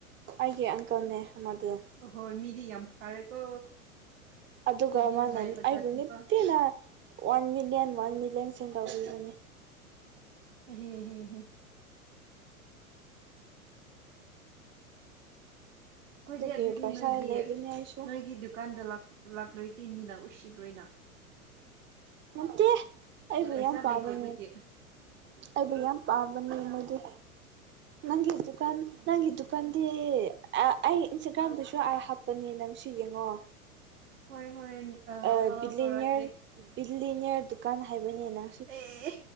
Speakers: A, on the right (about 25°); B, on the right (about 55°).
A: ꯑꯩꯒꯤ ꯑꯪꯀꯜꯅꯦ ꯑꯃꯗꯨ
B: ꯑꯍꯣꯏ ꯃꯤꯗꯤ ꯌꯥꯝ ꯐꯔꯦꯀꯣ
A: ꯑꯗꯨꯒ
B: ꯃꯤꯗꯤ
A: ꯃꯥꯅ
B: ꯅꯨꯡꯉꯥꯏꯕ
A: ꯑꯩꯕꯨ
B: ꯖꯥꯠꯅꯤꯀꯣ
A: ꯅꯨꯡꯇꯤꯅ ꯋꯥꯟ ꯃꯤꯂꯤꯌꯟ ꯋꯥꯟ ꯃꯤꯂꯤꯌꯟ ꯁꯦꯟ ꯇꯧꯕꯤꯕꯅꯦ
B: <unintelligible> ꯑꯩꯈꯣꯏꯗꯤ
A: ꯑꯗꯨꯒꯤ
B: ꯑꯗꯨꯗꯤ
A: ꯄꯩꯁꯥ
B: ꯅꯣꯏꯒꯤ
A: ꯂꯩꯕꯅꯦ ꯑꯩꯁꯨ
B: ꯅꯣꯏꯒꯤ ꯗꯨꯀꯥꯟꯗ ꯂꯥꯛ ꯂꯥꯛꯔꯗꯤ ꯃꯤꯅ ꯎꯁꯤꯠ ꯔꯣꯏꯅ
A: ꯅꯠꯇꯦ ꯑꯩꯕꯨ
B: ꯄꯩꯁꯥ
A: ꯌꯥꯝ ꯄꯥꯕꯅꯦ
B: ꯂꯩꯇꯕꯒꯤ
A: ꯑꯩꯕꯨ ꯌꯥꯝ ꯄꯥꯝꯕ ꯅꯤ ꯃꯥꯗꯨ ꯅꯪꯒꯤ ꯗꯨꯀꯥꯟ ꯅꯪꯒꯤ ꯗꯨꯀꯥꯟꯗꯤ ꯑꯥ ꯑꯩ ꯏꯟꯁꯇꯥꯒ꯭ꯔꯥꯝꯗꯁꯨ ꯄꯅꯤ ꯅꯪꯁꯨ ꯌꯦꯡꯉꯣ
B: ꯍꯣꯏ ꯍꯣꯔꯦꯟ
A: ꯑ
B: ꯐꯣꯂꯣ
A: ꯕꯤꯅꯤꯌꯔ
B: ꯇꯧꯔꯛꯀꯦ
A: ꯕꯤꯂꯤꯅꯤꯌꯔ ꯗꯨꯀꯥꯟ ꯍꯥꯏꯕꯅꯤꯅ
B: ꯑꯦ